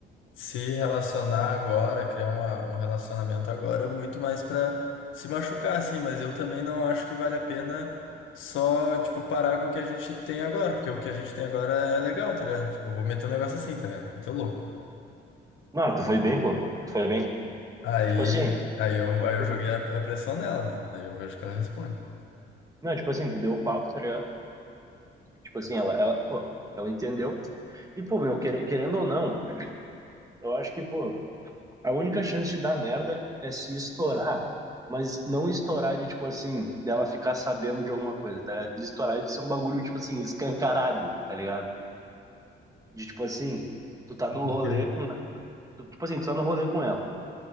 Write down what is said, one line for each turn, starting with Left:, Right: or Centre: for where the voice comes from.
Left: se relacionar agora, criar uma, um relacionamento agora é muito mais pra se machucar, assim. Mas eu também não acho que vale a pena só, tipo, parar com o que a gente tem agora, porque o que a gente tem agora é legal, tá ligado? Tipo, vou meter um negócio assim, tá ligado? Meter o louco.
Right: Não, tu foi bem, pô, tu foi bem.
Left: Aí,
Right: Tipo assim,
Left: aí, eu, aí eu
Right: tu-
Left: joguei a, a pressão nela, né? Aí eu vejo que ela responde.
Right: não, tipo assim, tu deu o papo, tá ligado? Tipo assim, ela, ela, pô, ela entendeu. E, pô, meu, quer- querendo ou não, eu acho que, pô, a única chance de dar merda é se estourar, mas não estourar de, tipo assim, dela ficar sabendo de alguma coisa, tá ligado? De estourar de ser um bagulho, tipo assim, escancarado, tá ligado? De, tipo assim, tu tá no
Left: Tipo,
Right: rolê
Left: o quê?
Right: com, tu- tipo assim, tu tá no rolê com ela.